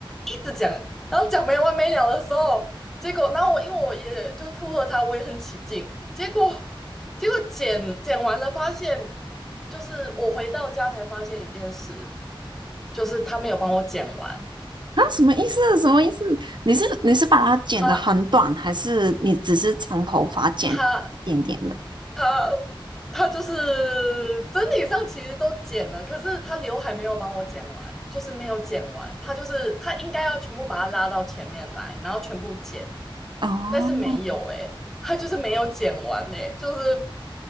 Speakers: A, in the centre; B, on the right.
A: 一直讲，然后讲没完没了的时候，结果，然后我因为我也就是附和他，我也很起劲，结果，结果剪剪完了，发现就是我回到家才发现一件事，就是他没有帮我剪完，
B: 啊，什么意思？什么意思？你是你是把它剪得很短，
A: 他
B: 还是你只是长头发剪一点点的？
A: 他他他就是整体上其实都剪了，可是他刘海没有帮我剪完，就是没有剪完。他就是他应该要全部把它拉到前面来，然后全部剪，
B: 哦
A: 但是没有诶、他就是没有剪完诶、就是